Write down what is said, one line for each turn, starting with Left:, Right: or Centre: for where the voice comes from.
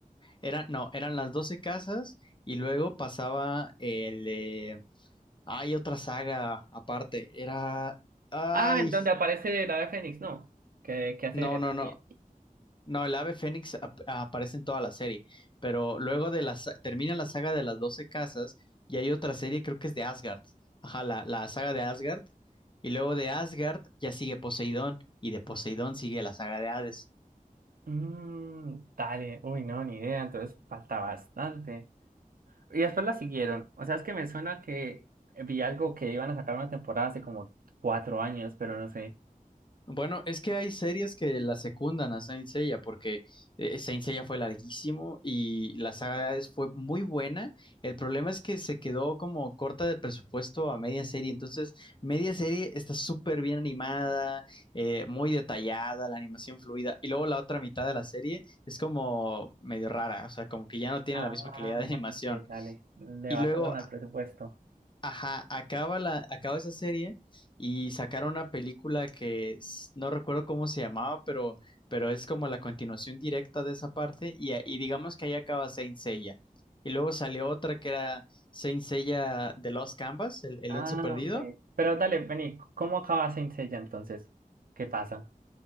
Left: eran no, eran las 12 casas y luego pasaba el... eh, hay otra saga aparte. Era... Ay,
Right: Ah, en donde aparece la de Fénix, ¿no? Que, que hace
Left: no, no,
Right: también.
Left: no. No, el ave fénix ap- aparece en toda la serie, pero luego de la, sa- termina la saga de las 12 casas y hay otra serie, creo que es de Asgard. Ajá, la, la saga de Asgard. Y luego de Asgard ya sigue Poseidón y de Poseidón sigue la saga de Hades.
Right: Mm, dale, uy, no, ni idea. Entonces, falta bastante. Y después la siguieron. O sea, es que me suena que vi algo que iban a sacar una temporada hace como cuatro años, pero no sé.
Left: Bueno, es que hay series que la secundan a Saint Seiya porque eh, Saint Seiya fue larguísimo y la saga de Hades fue muy buena. El problema es que se quedó como corta de presupuesto a media serie. Entonces, media serie está súper bien animada, eh, muy detallada, la animación fluida. Y luego la otra mitad de la serie es como medio rara, o sea, como que ya no tiene
Right: Ah,
Left: la misma calidad de <laughs> animación.
Right: ok, dale. Le
Left: Y
Right: bajaron
Left: luego
Right: al presupuesto.
Left: Ajá, acaba la, acaba esa serie y sacaron una película que s- no recuerdo cómo se llamaba, pero, pero es como la continuación directa de esa parte y, a- y digamos que ahí acaba Saint Seiya. Y luego salió otra que era Saint Seiya The Lost Canvas, el, el
Right: Ah,
Left: lienzo perdido.
Right: ok. Pero dale, vení, ¿cómo acaba Saint Seiya entonces? ¿Qué pasa?